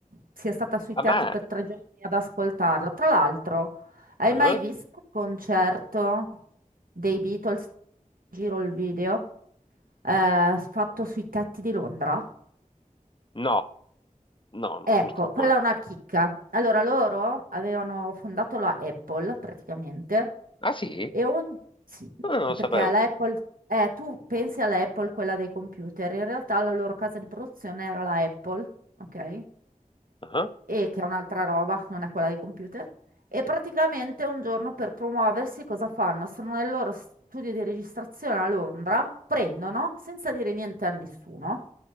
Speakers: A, on the right; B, on the left.
A: sia stata sui
B: <laughs> A
A: teatri
B: me?
A: per tre giorni ad ascoltarla. Tra l'altro, hai
B: Ah,
A: mai visto il concerto dei Beatles? Giro il video, eh, fatto sui tetti di Londra.
B: No, no, no,
A: Ecco,
B: purtroppo
A: quella
B: no.
A: è una chicca. Allora, loro avevano fondato la Apple praticamente
B: Ah sì?
A: E on- sì,
B: No, no, non lo
A: perché
B: sapevo.
A: l'Apple, eh, tu pensi all'Apple, quella dei computer, in realtà la loro casa di produzione era la Apple, ok?
B: Ah,
A: E che è un'altra roba, non è quella dei computer. E praticamente un giorno per promuoversi cosa fanno? Sono nel loro studio di registrazione a Londra, prendono, senza dire niente a nessuno,